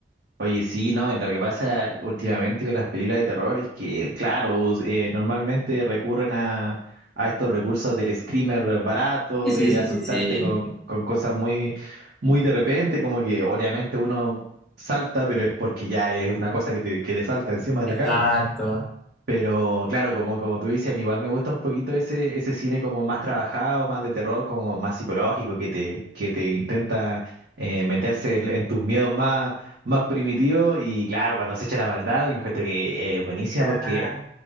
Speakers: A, on the right; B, in the centre.
A: Oye, sí, no, lo que pasa últimamente con las películas de terror es que, claro, eh, normalmente recurren a, a estos recursos del screamer barato,
B: Sí, sí,
A: de asustarte
B: sí, sí. sí.
A: con, con cosas muy, muy de repente, como que obviamente uno salta, pero es porque ya es una cosa que te, que te salta encima de la
B: Exacto.
A: cara. Pero claro, como, como tú dices, a mí igual me gusta un poquito ese, ese cine como más trabajado, más de terror, como más psicológico, que te, que te intenta eh, meterse en, en tus miedos más, más primitivos. Y claro, cuando se echa la maldad, encuentro que es buenísima
B: Ah,
A: porque,